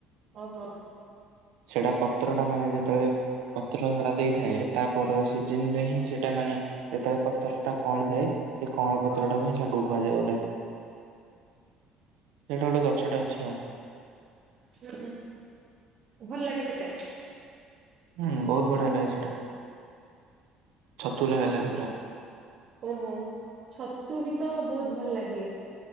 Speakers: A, on the right (about 50°); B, on the right (about 85°).
A: ଓହୋ।
B: ସେଇଟା ପତ୍ର ଟା ମାନେ ଯେତେବେଳେ ପତ୍ର ଝଡା ଦେଇଥାଏ ତାପର ସିଜିନ ରେ ହିଁ ସେଟା ମାନେ ଯେତେବେଳେ ପତ୍ର ଟା କଅଁଳିଥାଏ ସେ କଅଁଳ ପତ୍ର
A: ହଁ।
B: ଟାକୁ ହିଁ ଶାଗକୁ କୁହାଯାଏ ଗୋଟେ। ସେଇଟା ଗୋଟେ ଗଛଟା ଅଛି ଆଉ।
A: ହଁ, ଭଲ ଲାଗେ ସେଟା?
B: ହୁଁ ବହୁତ ବଢିଆ ଲାଗେ ସେଇଟା, ଛତୁ ଲାଗା ଲାଗେ ପୁରା।
A: ଓହୋ ଛତୁ ବି ତ ବହୁତ ଭଲ ଲାଗେ